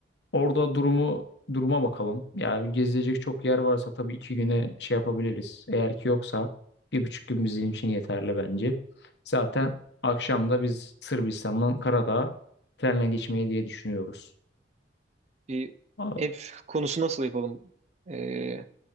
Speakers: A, on the left (about 70°); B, on the right (about 35°).
A: Orada durumu duruma bakalım. Yani gezilecek çok yer varsa tabii iki güne şey yapabiliriz. Eğer ki yoksa bir buçuk gün bizim için yeterli bence. Zaten akşam da biz Sırbistan'dan Karadağ'a trenle geçmeyi diye düşünüyoruz.
B: Bir
A: Aa,
B: ev konusu nasıl yapalım? Ee,